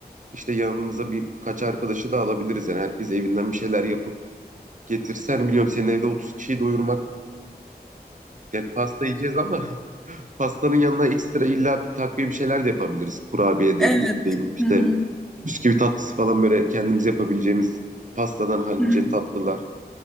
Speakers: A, on the right (about 50°); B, in the centre.
A: işte yanımıza birkaç arkadaşı da alabiliriz. Yani herkes evinden bir şeyler yapıp getirsen biliyorum senin evde 30 kişiyi doyurmak. Yani pasta yiyeceğiz ama <laughs> pastanın yanına ekstra illa bir takviye bir şeyler de yapabiliriz. Kurabiyedir,
B: Evet.
A: ne bileyim işte
B: Hı hı.
A: bisküvi tatlısı falan böyle kendimiz yapabileceğimiz pastadan hallice
B: Hı hı.
A: tatlılar.